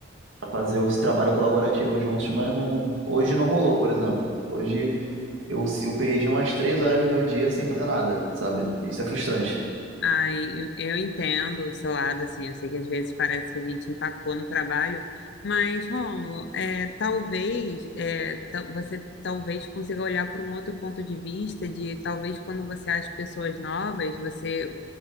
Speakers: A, on the right (about 75°); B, on the left (about 60°).
A: pra fazer esse trabalho colaborativo juntos, mas não, hoje não rolou, por exemplo. Hoje eu, eu perdi umas três horas do meu dia sem fazer nada, sabe? Isso é frustrante.
B: Ai, eu eu entendo o seu lado, assim, eu sei que às vezes parece que a gente empacou no trabalho, mas, Rômulo, é, talvez, é, ta- você talvez consiga olhar por um outro ponto de vista, de talvez quando você acha pessoas novas, você